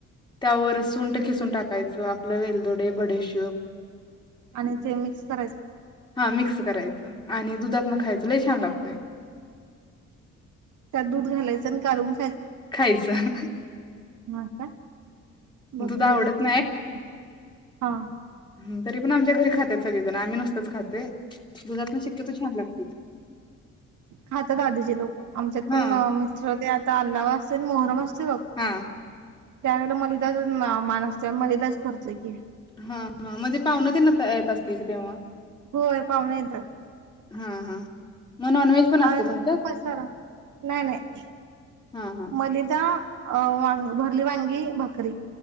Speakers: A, on the left; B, on the right.
A: त्यावर सुंट किसुन टाकायचं, आपलं वेलदोडे बडीशूप.
B: आणि ते मिक्स करायचं.
A: हा मिक्स करायचं आणि दुधातन खायचं, लई छान लागतय.
B: त्यात दूध घालायचं आणि कालवून
A: खायचं ह ह.
B: मग आता? बघते
A: दूध आवडत
B: बघते ट्राय करून. हा.
A: ह तरी पण आमच्या घरी खात्यात सगळीजणं आम्ही नुसतच खातोय. दुधातन शक्यतो छान लागतंय ते.
B: खात्यात आधीची लोकं आमच्यात
A: हा
B: पणं मिस्टर ते आता आलावा तेन मोहरम अस ते बग.
A: हा
B: त्यावेळेला मलिदाचाच मान असतोय आम्ही मलिदाच करतोय की.
A: हा हा म्हणजे पाहुणं तेन आता येत असतील की तेव्हा
B: होय पाहुणे येतात
A: हा हा. मग नॉनव्हेज पण असते
B: आणि
A: तुमच्यात
B: तो पसारा नाही नाही
A: हा हा
B: मलिदा अ वांग भरली वांगी भाकरी.